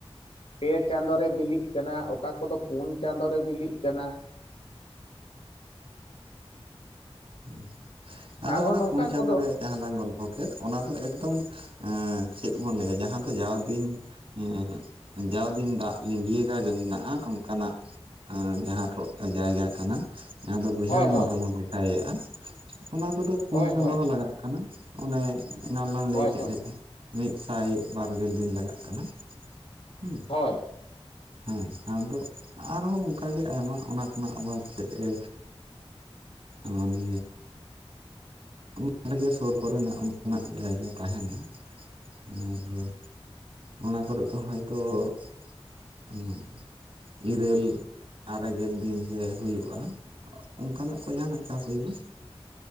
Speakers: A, on the left; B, on the right.
A: ᱯᱮ ᱪᱟᱸᱫᱚ ᱨᱮ ᱵᱤᱞᱤᱜ ᱠᱟᱱᱟ ᱚᱠᱟ ᱠᱚᱫᱚ ᱯᱩᱱ ᱪᱟᱸᱫᱚ ᱨᱮ ᱵᱤᱞᱤᱜ ᱠᱟᱱᱟ᱾
B: ᱦᱩᱸ, ᱟᱫᱚ
A: ᱟᱨᱦᱚᱸ
B: ᱚᱱᱟ
A: ᱱᱚᱝᱠᱟ
B: ᱯᱩᱱ ᱪᱟᱸᱫᱚ
A: ᱠᱚᱫᱚ
B: ᱨᱮᱭᱟᱜ ᱡᱟᱦᱟᱸ ᱞᱟᱝ ᱜᱚᱞᱯᱷᱚ ᱠᱮᱫ ᱚᱱᱟ ᱫᱚ ᱮᱠᱫᱚᱢ ᱮᱸᱜ ᱪᱮᱫ ᱵᱚᱱ ᱞᱟᱹᱭᱟ ᱡᱟᱦᱟᱸ ᱫᱚ ᱡᱟᱣ ᱫᱤᱱ ᱮᱸᱜ, ᱡᱟᱣ ᱫᱤᱱ ᱫᱟᱜ ᱞᱤᱸᱜᱤᱭᱟᱠᱟ ᱜᱮ ᱢᱮᱱᱟᱜ-ᱟ ᱚᱝᱠᱟᱱᱟᱜ ᱮᱸᱻ ᱡᱟᱦᱟᱸ ᱴᱚ ᱡᱟᱭᱜᱟ ᱠᱟᱱᱟ ᱡᱟᱦᱟᱸ ᱫᱚ ᱵᱟᱹᱭᱦᱟᱹᱲ
A: ᱦᱳᱭ
B: ᱢᱮᱱ
A: ᱦᱳᱭ
B: ᱛᱮᱵᱚᱱ ᱞᱮᱠᱷᱟᱭᱮᱜ-ᱟ ᱚᱱᱟ ᱠᱚᱫᱚ ᱯᱩᱱ
A: ᱦᱳᱭ
B: ᱪᱟᱸᱫᱚ
A: ᱦᱳᱭ
B: ᱦᱚᱸ ᱞᱟᱜᱟᱜ ᱠᱟᱱᱟ᱾ ᱚᱱᱮ ᱮᱱᱟᱱ ᱞᱟᱝ
A: ᱦᱳᱭ
B: ᱞᱟᱹᱭ ᱠᱮᱫ
A: ᱦᱳᱭ
B: ᱞᱮᱠᱟ ᱢᱤᱫ ᱥᱟᱭ ᱵᱟᱨ ᱜᱮᱞ ᱫᱤᱱ ᱞᱟᱜᱟᱜ ᱠᱟᱱᱟ᱾ ᱦᱩᱸ᱾
A: ᱦᱳᱭ
B: ᱦᱮᱸ ᱟᱫᱚ ᱟᱨᱦᱚᱸ ᱚᱝᱠᱟ ᱜᱮ ᱟᱭᱢᱟ ᱚᱱᱟ ᱠᱷᱚᱱᱟᱜ ᱟᱵᱟᱨ ᱪᱮᱫ ᱮ ᱮᱸᱜ ᱢᱟᱱᱮ ᱚᱝᱠᱟᱜᱮ ᱥᱳᱨ ᱠᱚᱨᱮᱱᱟᱜ ᱚᱱᱠᱟᱱᱟᱜ ᱡᱟᱭᱜᱟ ᱛᱟᱸᱦᱮᱱᱟ <unintelligible> ᱚᱱᱟ ᱠᱚᱨᱮᱜ ᱫᱚ ᱦᱚᱭᱛᱚ <unintelligible> ᱤᱨᱟᱹᱞ ᱟᱨᱮ ᱜᱮᱞ ᱫᱤᱱ ᱨᱮ ᱦᱩᱭᱩᱜ-ᱟ᱾ ᱚᱝᱠᱟᱱᱟᱜ ᱠᱚ ᱧᱟᱢ‌ ᱞᱮᱠᱷᱟᱱ <unintelligible>